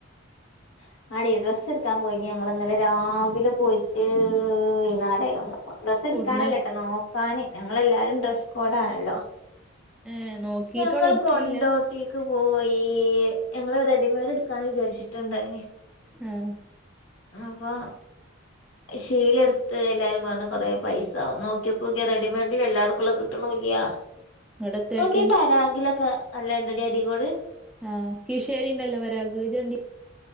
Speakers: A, on the left; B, in the centre.
A: <inaudible> ആടീ ഡ്രസ്സെടുക്കാൻ പോയിനി ഞങ്ങളിന്നലെ രാവിലെ പോയിറ്റ് വൈന്നാരായീ തോണ്ട് വ ഡ്രസ്സെടുക്കാനല്ലട്ടോ
B: ഒട്ന്ന്
A: നോക്കാന് ഞങ്ങളെല്ലാരും ഡ്രസ്സ് കോഡാണല്ലോ
B: ഏഹ് നോക്കിട്ടൊള്ളു
A: ഞങ്ങള്
B: ഇട്ത്തീല്ല
A: കൊണ്ടോട്ടീക്ക് പോയി ഈല് ഞങ്ങള് റെഡിമെയ്ഡ് എടുക്കാന്ന് വിചാരിച്ചിട്ട്ണ്ടായിനി
B: ആഹ്
A: അപ്പോ ശീല എടുത്ത് എല്ലാരും പറഞ്ഞ് കൊറേ പൈസാവും നോക്കിയപ്പോക്ക്യേ റെഡിമെയ് ഡിലെല്ലാറ്ക്കുളള കിട്ടണൂല്ല്യ
B: ഇങ്ങട്ട് എത്തേട്ടി
A: നോക്കിയേ പരാഗിലൊക്ക നല്ലാ ഇണ്ടടീ അരിക്കോട്
B: ആഹ് കീഴ്ശേരി ഇണ്ടല്ലോ പരാഗ് ഇജ്ജ് കണ്ടി